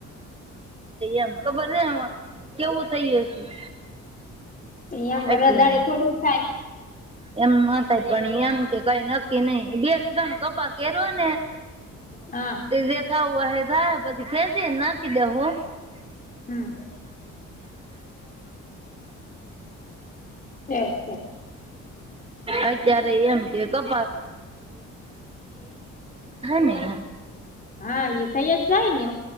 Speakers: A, on the right; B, on the left.
A: એમ ખબર છે કેવું થયું હતું
B: પણ એમ વરસાદ
A: એટલે
B: દાડે થોડું થાય
A: એમ માતાય પણ એમ કે કઈ નક્કી નહી બે <unintelligible>
B: હા
A: <unintelligible> <unintelligible> <inaudible>
B: હમ છે છે
A: અત્યારે એમ કે <unintelligible> હને
B: હા એ થઈ જ જાય ને